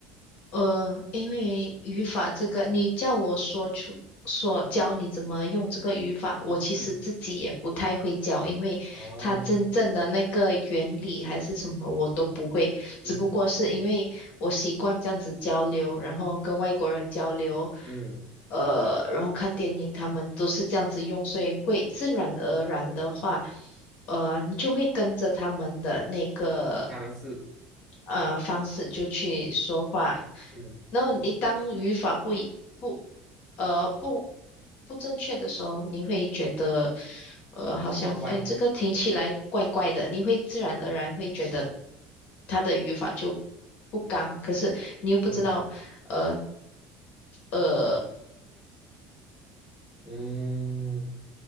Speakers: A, on the left; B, in the centre.
A: 呃，因为语法这个，你叫我说出说教你怎么用这个语法，我其实自己也不太会教，
B: 嗯，
A: 因为它真正的那个原理还是什么我都不会，
B: 哦，嗯
A: 只不过是因为我习惯这样子交流，然后跟外国人交流，
B: 嗯，
A: 呃，然后看电影，他们都是这样子用，所以会自然而然的话。呃，你就会跟着他们的那个
B: 方式，
A: 呃方式就去说话。
B: 嗯，
A: 然后你当语法不一不呃不不正确的时候，你会觉得呃好像哎这个听起来怪怪的，
B: 乖乖。
A: 你会自然而然会觉得他的语法就不刚，可是你又不知道呃
B: 嗯。
A: 呃
B: 嗯，